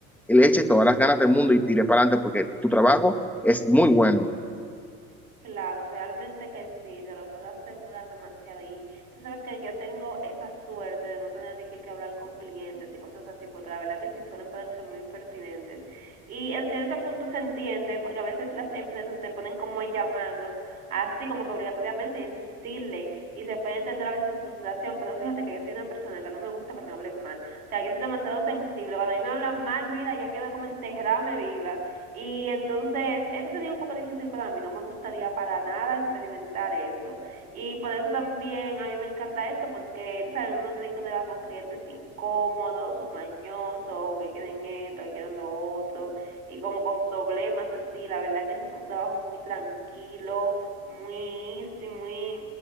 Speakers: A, in the centre; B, on the right.
A: y le eche todas las ganas del mundo y tire para adelante porque tu trabajo es muy bueno.
B: Claro, realmente que sí, te lo puedo asegurar demasiado. Y tú sabes que yo tengo esa suerte de no tener que, que hablar con clientes y cosas así, porque la verdad que sí suelen ponerse muy impertinentes. Y en cierto punto se entiende, porque a veces las empresas te ponen como a llamarlos, así como que obligatoriamente a insistirle, y se puede entender a veces su frustración, pero fíjate que yo soy una persona que no me gusta que me hablen mal. O sea, yo soy demasiado sensible. Cuando a mí me hablan mal, mira, yo quiero como enterrarme viva. Y entonces eso sería un poco difícil para mí, no me gustaría para nada experimentar eso. Y por eso también a mí me encanta esto, porque tú sabes, uno tiene que hablar con clientes incómodos o mañosos, que quieren esto, que quieren lo otro, y como con problemas así, la verdad que ese es un trabajo muy tranquilo, muy easy, muy...